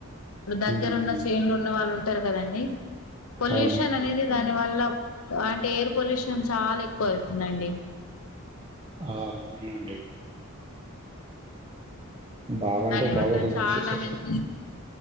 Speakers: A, on the left (about 75°); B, on the right (about 25°).
A: దగ్గరున్న
B: ఉమ్ ఉమ్
A: సేన్లు ఉన్న వాళ్ళు ఉంటారు కదండి పొల్యూషన్
B: అవునండి
A: అనేది దాని వల్ల అంటే ఎయిర్ పొల్యూషన్ చాలా ఎక్కువ అయితుందండి
B: ఆ అవునండి బాగా
A: దాని
B: అంటే
A: వల్ల
B: బాగా హెల్త్
A: చాలా
B: ఇష్యూస్ వస్తున్నాయి
A: హెల్త్